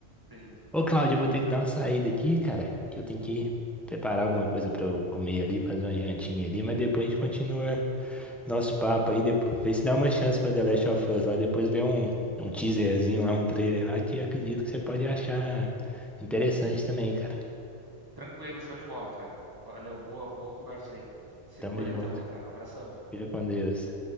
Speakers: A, on the right (about 20°); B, in the centre.
A: sim.
B: Ô, Cláudio, eu vou ter que dar uma saída aqui, cara, que eu tenho que preparar alguma coisa pra eu comer ali, fazer uma jantinha ali, mas depois a gente continua nosso papo aí, depois, vê se dá uma chance pra The Last of Us lá, depois vê um, um teaserzinho lá, um trailer lá, que eu acredito que você pode achar interessante também, cara.
A: Tranquilo, show de bola, cara. Léo, boa, boa conversa aí. Se
B: Tamo
A: cuida
B: junto.
A: então aí, cara. Um abração aí.
B: Fica com Deus.